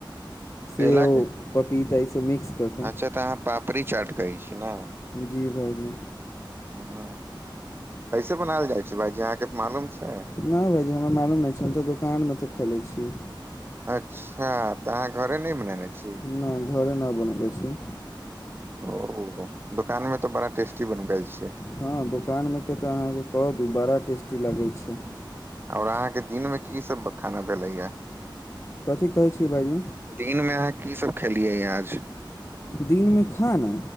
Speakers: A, on the left (about 35°); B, on the right (about 25°).
A: सेव
B: केला के
A: पपीता ई सब मिक्स कऽ के
B: अच्छा तऽ अहाँ पापड़ी चाट कहै छै न
A: जी भाइजी
B: ह कैसे बनायल जाइ छै भाइजी अहाँके मालूम छै
A: नहि भाइजी हमरा मालूम नहि छै हम तऽ दोकानमे तऽ खेलै छियै
B: अच्छा तऽ अहाँ घरे नहि बनेने छी
A: न घरे न बनैले छी
B: ओ दोकानमे तऽ बड़ा टेस्टी बनबै छै
A: हँ दोकानमे के तऽ अहाँके कह दु बड़ा टेस्टी लागै छै
B: और अहाँके दिनमे की सब खाना भेलैया
A: कथी कहै छियै भाइजी
B: दिन मे अहाँ की सब खेलियै आज
A: दिन मे खाना